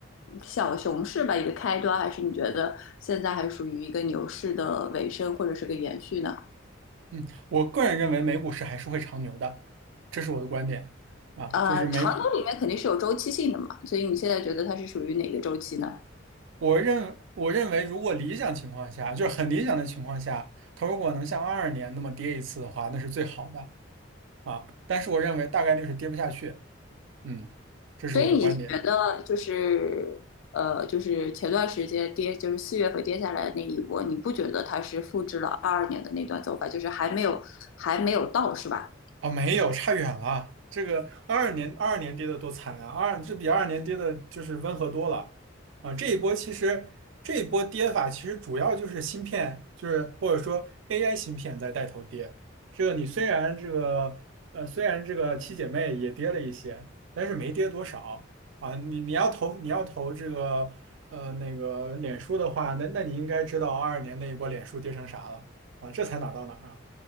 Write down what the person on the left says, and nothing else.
小熊市吧，一个开端，还是你觉得现在还属于一个牛市的尾声或者是个延续呢？
呃，
长牛里面肯定是有周期性的嘛，所以你现在觉得它是属于哪个周期呢？
所以你觉得就是呃，就是前段时间跌，就是四月份跌下来的那一波，你不觉得它是复制了二二年的那段走法，就是还没有还没有到，是吧？